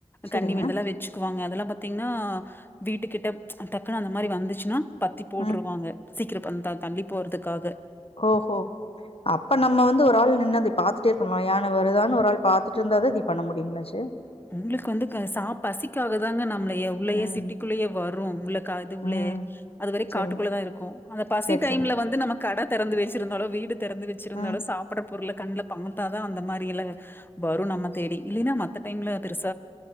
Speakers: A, on the left; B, on the left.
A: சரிங்க.
B: கண்ணிவெ இதெல்லா வச்சுக்குவாங்க அதெல்லா பத் பாத்தீங்கனா வீட்டு கிட்ட டக்குனு அந்த மாரி வந்துச்சுனா பத்தி போட்ருவாங்க
A: ம்.
B: சீக்கிர வந்தா தள்ளி போறதுக்காக
A: ஓகோ அப்ப நம்ம வந்து ஒரு ஆள் நின்னது பார்த்துடே இருக்கணுல யான வருதானு ஒரு ஆள் பாத்துட்டு இருந்தா அது பண்ண முடியுங்களாச்சு
B: உங்களுக்கு வந்து சா பசிக்காக தாங்க நாம உள்ளயே
A: ம்.
B: சிட்டிக்குள்ளயே வரு உள்ள அது உள்ளயே
A: ம்.
B: அதுவரை
A: சரிங்க.
B: காட்டுக்குள்ளே தா இருக்கு அந்த பசி
A: சரி,
B: டைம்ல
A: சரி.
B: வந்து நம்ம கட தெறந்து வச்சிருந்தாலோ வீடு திறந்து வச்சிருந்தாலோ
A: ம்.
B: சாப்ற பொருள கண்ல பங்கு தா அந்த மாதிரியில வரு நம்ம தேடி இல்லைன்னா மத்த டைம்ல அது ரிஸ்க்